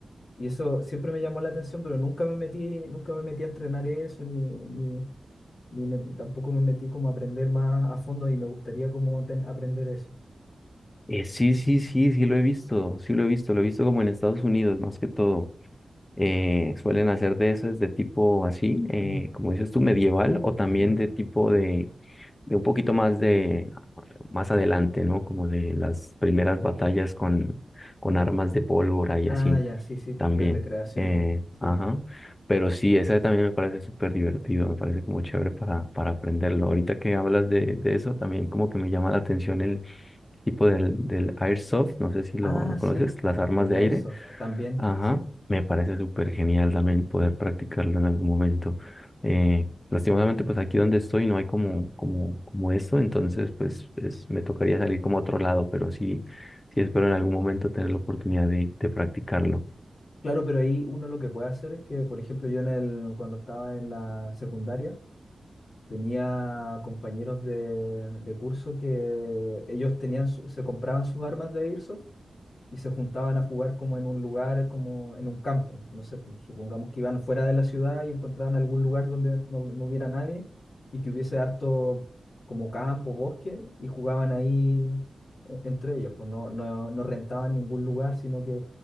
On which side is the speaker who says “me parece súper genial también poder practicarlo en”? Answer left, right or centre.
Left